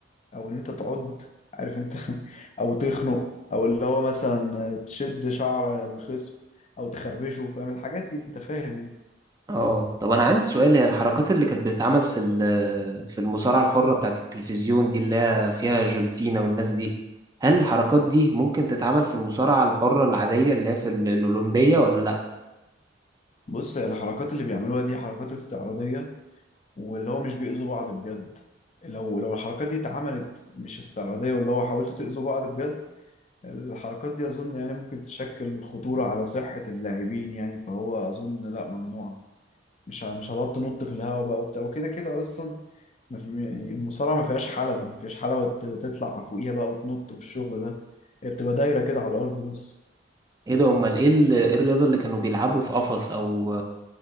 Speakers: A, on the left (about 40°); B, on the right (about 20°).
A: او ان انت تعض عارف انت <laughs> او تخنق او اللي هو مثلا تشد شعر الخصم او تخربشه فاهم الحاجات دي انت فاهم يعني
B: اه طب انا عندي سؤال هي الحركات اللي كانت بتتعمل في ال- في المصارعه الحره بتاعت التلفزيون دي اللي هي فيها جون سينا والناس دي هل الحركات دي ممكن تتعمل في المصارعه الحره العاديه اللي هي في ال- الاولمبيه ولا لا
A: بص الحركات اللي بيعملوها دي حركات استعراضيه واللي هو مش بيأذوا بعض بجد لو لو الحركات دي اتعملت مش استعراضية واللي هو حاولتوا تأذوا بعض بجد الحركات دي أظن يعني ممكن تشكل خطورة على صحة اللاعبين يعني فهو أظن لا ممنوعة مش ه- مش هتقعد تنط في الهواء بقى وبتاع وكده كده أصلا ما في يعني المصارعة ما فيهاش حلبة ما فيهاش حلبة ت- تطلع فوقيها بقى وتنط والشغل ده هي بتبقى دايرة كده على الأرض بس
B: ايه ده امال ايه ال- إيه الرياضه اللي كانوا بيلعبوا في قفص او